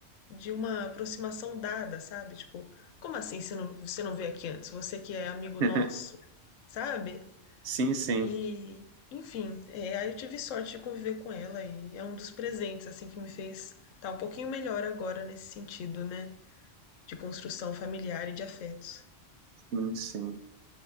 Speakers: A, on the left (about 90°); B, on the right (about 70°).
A: de uma aproximação dada, sabe? Tipo, como assim você não, você não veio aqui antes? Você que é amigo
B: <laughs>
A: nosso, sabe?
B: Sim, sim,
A: E, enfim, é, aí eu tive sorte de conviver com ela e é um dos presentes assim que me fez estar um pouquinho melhor agora nesse sentido, né, de construção familiar e de afetos.
B: sim, sim.